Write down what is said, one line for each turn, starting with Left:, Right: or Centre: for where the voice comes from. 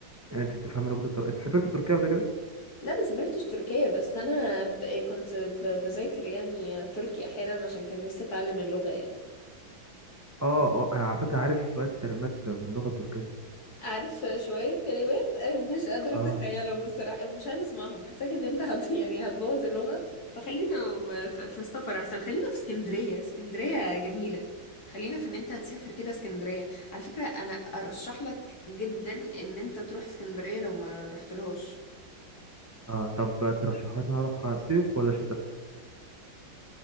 Right: يعني انت بتفهمي لغه التركية انت سافرت تركيا قبل كده
Left: لا ما سافرتش تركيا بس انا ب... كنت ب... بذاكر يعني تركي احيانا عشان كان نفسي اتعلم اللغة يعني
Right: اه اه انا على فكره عارف شويه كلمات باللغه التركيه
Left: عارف شوية كلمات مش قادرة
Right: اه
Left: اتخيلهم بصراحة ومش عايزة اسمعهم حاساك ان انت هت... <laughs> يعني هتبوظ اللغة فخلينا في... في السفر احسن خلينا في اسكندرية اسكندرية جميلة خلينا في ان انت هتسافر كده اسكندرية على فكرة انا ارشح لك جدا ان انت تروح اسكندرية لو ما رحتلهاش
Right: اه طب ترشحوا لي إن أنا اروح صيف ولا شتاء